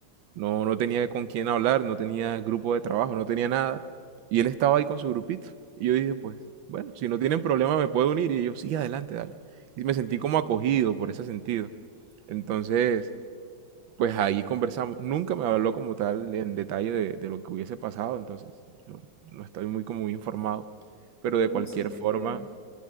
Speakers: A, on the right; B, on the left.
A: no, no tenía con quién hablar, no tenía grupo de trabajo, no tenía nada. Y él estaba ahí con su grupito. Y yo dije, pues, bueno, si no tienen problema me puedo unir. Y ellos, sí, adelante, dale. Y me sentí como acogido por ese sentido. Entonces, pues ahí conversamos. Nunca me habló como tal en detalle de, de lo que hubiese pasado. Entonces, yo no estoy muy como muy informado. Pero
B: No,
A: de cualquier
B: sí, es
A: forma,
B: que